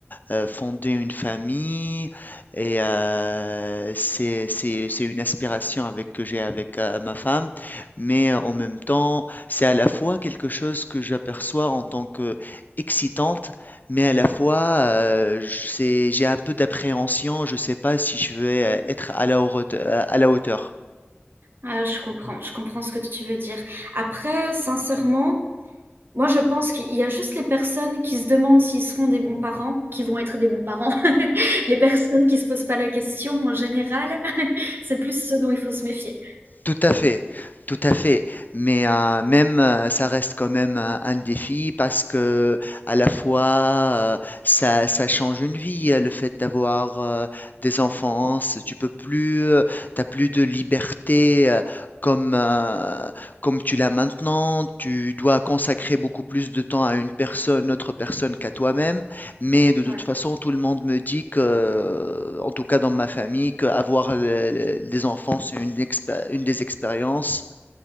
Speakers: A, on the left; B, on the right.
A: euh, fonder une famille. Et euh, c'est, c'est, c'est une aspiration avec, que j'ai avec euh, ma femme. Mais euh, en même temps, c'est à la fois quelque chose que j'aperçois en tant que excitante, mais à la fois, euh, je- c'est, j'ai un peu d'appréhension. Je sais pas si je vais euh, être à la haute- à la hauteur.
B: Ah, je comprends, je comprends ce que tu veux dire. Après, sincèrement, Moi, je pense qu'il y a juste les personnes qui se demandent s'ils seront des bons parents, qui vont être des bons parents. <laughs> Les personnes qui se posent pas la question en général, <laughs> c'est plus ce dont il faut se méfier.
A: Tout à fait, tout à fait. Mais euh, même, euh, ça reste quand même un, un défi parce que à la fois, euh, ça, ça change une vie, euh, le fait d'avoir euh, des enfants. c'est- Tu peux plus, euh, t'as plus de liberté euh, comme euh, comme tu l'as maintenant. Tu dois consacrer beaucoup plus de temps à une personne, autre personne qu'à toi-même. Mais de toute
B: Ouais,
A: façon, tout le monde me dit que, en tout cas dans ma famille, qu'avoir des enfants, c'est une, expé- une des expériences